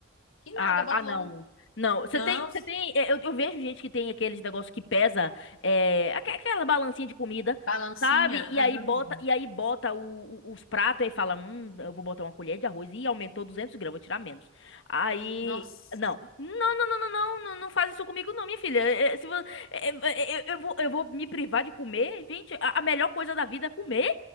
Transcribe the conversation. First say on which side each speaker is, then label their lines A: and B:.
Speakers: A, on the left; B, on the left.
A: que
B: Ah,
A: nada, eu boto
B: ah, não.
A: logo. um
B: Não, você
A: Não,
B: tem, você tem, é, eu, eu vejo gente que tem aqueles negócios que pesa, é, aque- aquela balancinha de comida,
A: balancinha.
B: sabe? E aí
A: aham.
B: bota, e aí bota o- o- os pratos e fala, hum, eu vou botar uma colher de arroz e aumentou 200 gramas, vou tirar menos. Aí,
A: Nossa,
B: não, não, não, não, não, não, não, não faz isso comigo não, minha filha. É, é, se vo- é, é, é, eu, eu vou, eu vou me privar de comer, gente, a, a melhor coisa da vida é comer.